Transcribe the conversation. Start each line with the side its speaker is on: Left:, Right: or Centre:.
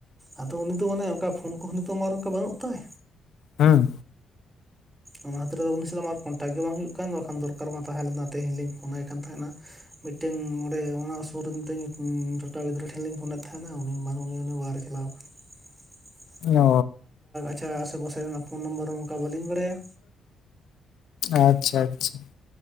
Right: ᱟᱫᱚ ᱩᱱᱤ ᱫᱚ ᱢᱟᱱᱮ ᱚᱱᱠᱟ ᱯᱷᱳᱱ ᱠᱚᱦᱚᱸ ᱱᱤᱛᱚᱜ ᱚᱱᱠᱟ ᱵᱟᱹᱱᱩᱜ ᱛᱟᱭ
Left: ᱦᱮᱸ
Right: ᱚᱱᱟ ᱠᱷᱟᱹᱛᱤᱨ ᱩᱱᱤ ᱥᱟᱞᱟᱜ ᱟᱨ ᱠᱚᱱᱴᱟᱠᱴ ᱜᱮ ᱵᱟᱝ ᱦᱩᱭᱩᱜ ᱠᱟᱱ ᱵᱟᱠᱷᱟᱱ ᱫᱚᱨᱠᱟᱨ ᱢᱟ ᱛᱟᱦᱮᱸ ᱞᱮᱱᱟ ᱛᱮᱦᱮᱧ ᱞᱤᱧ ᱯᱷᱳᱱᱟᱭ ᱠᱟᱱ ᱛᱟᱦᱮᱱᱟ ᱢᱤᱫᱴᱮᱱ ᱚᱸᱰᱮ ᱚᱱᱟ ᱥᱩᱨ ᱨᱮ ᱢᱤᱫᱴᱮᱱ ᱴᱚᱴᱟ ᱜᱤᱫᱽᱨᱟᱹ ᱴᱷᱮᱱ ᱞᱤᱧ ᱯᱷᱳᱱᱮᱫ ᱛᱟᱦᱮᱱᱟ ᱩᱱᱤ ᱵᱟᱹᱱᱩᱜ ᱮᱭᱟ ᱩᱱᱤ ᱵᱟᱨᱮ ᱪᱟᱞᱟᱣ ᱠᱟᱱᱟ ᱱᱟᱟᱣ ᱠᱟᱱᱟ <inaudible>
Left: ᱚ
Right: ᱟᱪᱪᱷᱟ ᱥᱮ ᱵᱚᱥᱮ ᱨᱮᱱᱟᱜ ᱯᱷᱳᱱ ᱱᱚᱢᱵᱟᱨ ᱦᱚᱸ ᱚᱱᱠᱟ ᱵᱟᱹᱞᱤᱧ ᱵᱟᱲᱟᱭᱟ
Left: <inaudible> ᱟᱪᱪᱷᱟ ᱟᱪᱪᱷᱟ